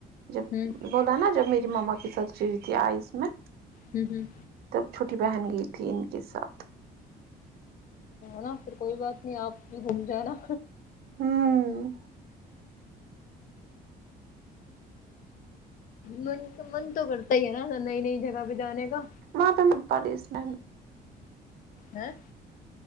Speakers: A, on the right (about 65°); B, on the left (about 55°).
A: جب
B: ہوں
A: بولا نا جب میری ماما کی سرجری تھی آئی اس میں
B: ہوں ہوں
A: تب چھوٹی بہن گئی تھی ان کے ساتھ
B: نا پھر کوئی بات نہیں آپ بھی گھوم جائ نا
A: ہوں
B: من تو من تو کرتا ہی ہے نا نئی نئی جگہ پہ جانے کا
A: وہاں پہ مت ڈالئے اس م
B: ہاں